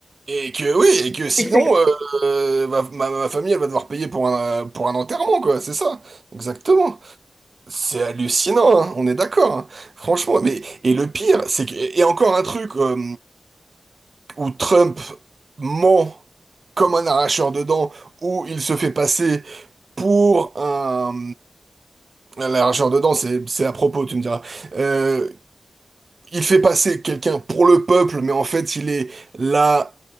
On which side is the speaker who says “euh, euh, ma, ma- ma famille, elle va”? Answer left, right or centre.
Right